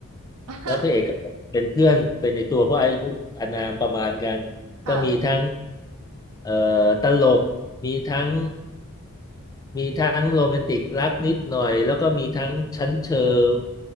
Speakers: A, on the right; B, on the left.
A: <laughs>
B: แล้วพระเอกก็เป็นเพื่อนเป็นในตัวเพราะอายุอานามประมาณกันก็มีทั้ง
A: ค่ะ
B: เอ่อตลกมีทั้ง มีทั้งโรแมนติกรักนิดหน่อยแล้วก็มีทั้งชั้นเชิง